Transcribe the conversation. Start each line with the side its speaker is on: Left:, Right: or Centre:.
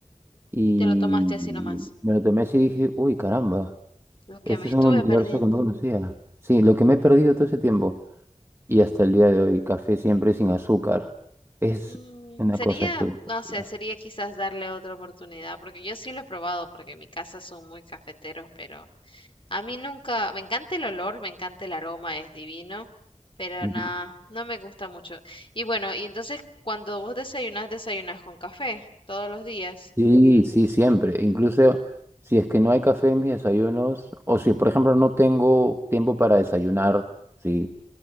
Right: y
Left: Y te lo tomaste así nomás.
Right: me lo tomé así y dije, uy, caramba.
Left: Lo que
Right: Este
Left: me estuve
Right: es un universo
Left: perdiendo.
Right: que no conocía. Sí, lo que me he perdido todo ese tiempo y hasta el día de hoy, café siempre sin azúcar, es
Left: Mm,
Right: una
Left: sería,
Right: cosa espectacular.
Left: no sé, sería quizás darle otra oportunidad, porque yo sí lo he probado, porque en mi casa son muy cafeteros, pero a mí nunca, me encanta el olor, me encanta el aroma, es divino, pero
Right: Ujú.
Left: nada, no me gusta mucho. Y bueno, y entonces cuando vos desayunás, desayunás con café todos los días.
Right: Sí, sí, siempre. Incluso si es que no hay café en mis desayunos, o si por ejemplo no tengo tiempo para desayunar, sí,